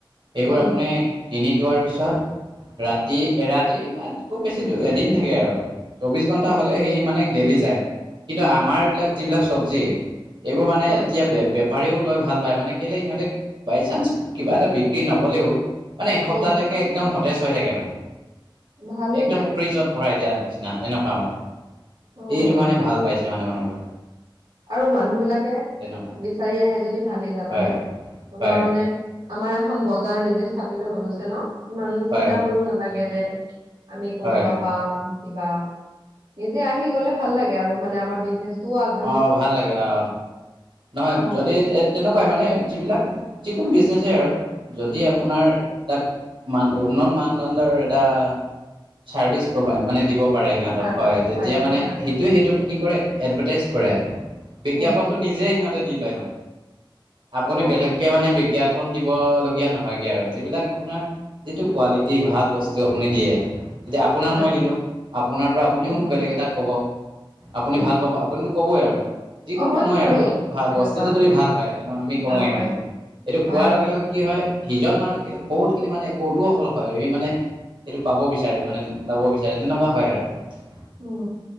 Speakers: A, on the right; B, on the right.
A: সেইবোৰ
B: উম,
A: আপুনি, কিনি থোৱাৰ পিছত ৰাতি এৰাতি বা খুব বেছি এদিন থাকে আৰু। চৌবিশ ঘণ্টা
B: উম,
A: হ'লে সি মানে গেলি যায় কিন্তু আমাৰ যিবিলাক চব্জি। এইবোৰ মানে
B: হয়,
A: এতিয়া বে বেপ বেপাৰীও লৈ ভাল পায় মানে কেলে সিহঁতে বাই চান্স কিবা এটা বিক্ৰী নগ'লেও, মানে এসপ্তাহলৈকে
B: উম,
A: একদম সতেজ হৈ থাকে মানে
B: ভালেই
A: একদম
B: দিয়া
A: ফ্ৰিজত ভৰাই দিয়া নিছিনা। নিচিনা তেনেকুৱা মানে
B: অ'।
A: এইটো কাৰণে ভাল পাইছে মানে মানুহবোৰে।
B: আৰু মানুহ বিলাকে
A: তেনেকুৱা
B: বিচাৰি আহে যদি ভালেই জানানে
A: হয়
B: তোমাৰ
A: হয়
B: মানে, আমাৰ এখন বজাৰ নিজে স্থাপিত হৈ গৈছে ন ইমান
A: হয়
B: চিন্তা কৰিব নালাগে যে, আমি কৰবাৰ
A: হয়
B: পৰা পাম। কিবা নিজে আহি গ'লে ভাল লাগে আৰু মানে আমাৰ বিজনেচটোও আগ,
A: অঁ ভাল লাগে অ নহয়
B: অ
A: যদি ইয়াত তেনেকুৱাই মানে যিবিলাক যিকোনো বিজনেছেই আৰু যদি আপোনাৰ তাক, মান উন্নযত মানদণ্ডৰ এটা চাৰ্ভিচ, মানে দিব পাৰে সিহঁতক
B: সাজ
A: হয় তেতিয়া
B: পাই যায়
A: মানে
B: হয়
A: সেইটোৱে সেইটোক কি কৰে এডভাৰ্টাইজ, দিব পাৰে বিজ্ঞাপনটো
B: উম
A: নিজে সিহঁতে দি লয় আপুনি
B: অ
A: বেলেগ, একে মানে বিজ্ঞাপন দিব লগীয়া নহয়গে আৰু যিবিলাক আপোনাৰ, যিটো কোৱালিটি ভাল বস্তু আপুনি দিয়ে। এতিয়া আপোনাক
B: হয়
A: মই দিলোঁ আপোনাৰ পৰা আপুনিও
B: উম
A: বেলেগ এটাক ক'ব আপুনি
B: উম
A: ভাল পাব, আপুনিটো ক'বই আৰু। যিকোনো
B: অ মইতো
A: মানুহে
B: কমেই
A: আৰু ভা
B: সেনেকুৱা
A: বস্তুটো
B: আৰু
A: যদি ভাল হয়। এনু
B: বস্তুটো
A: আমি কওঁৱেই
B: ভাল হয়
A: মানে এইটো
B: হয়
A: কোৱাৰ
B: হয়
A: লগে লগে কি হয়, সিজন মানুহ কি বহুতখিনি মানে কৌতুহল হয় এই মানে। সেইটো পাব বিচাৰে, মানে লব বিচাৰে তেনেকুৱা হয় আৰু।
B: উম